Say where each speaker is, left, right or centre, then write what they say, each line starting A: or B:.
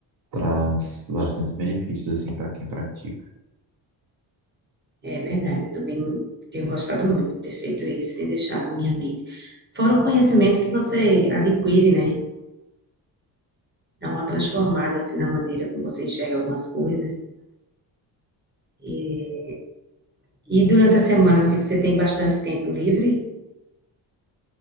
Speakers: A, on the right (about 50°); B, on the right (about 25°).
A: traz bastante benefícios assim para quem pratica.
B: É verdade, eu também tenho gostado muito de ter feito isso, tem deixado minha mente. Fora o conhecimento que você adquire, né? Dá uma transformada assim na maneira como você enxerga algumas coisas. E, e durante a semana, assim, você tem bastante tempo livre?